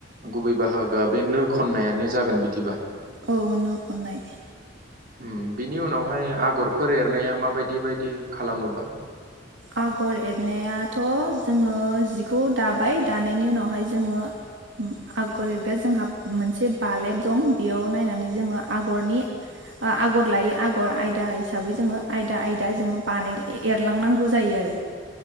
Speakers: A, on the right; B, on the right.
A: गुबै बाहागोआ बे नो खन्नायानो जागोन बिदिबा।
B: औ नो खननाय।
A: ओम बिनि उनावहाय आगरफोर एरनाया माबायदि बायदि खालामोबा?
B: आगर एरनायाथ' जोङो जिखौ दाबाय दानायनि उनावहाय जोङो ओम आगर एरगाया जोंहा मोनसे बालेब दं। बेयाव नायनानै जोङो आगरनि ओ आगर लायै आगर आयदा हिसाबै जोङो आयदा आयदा जोङो बानाय एरलांनांगौ। जायो आरो।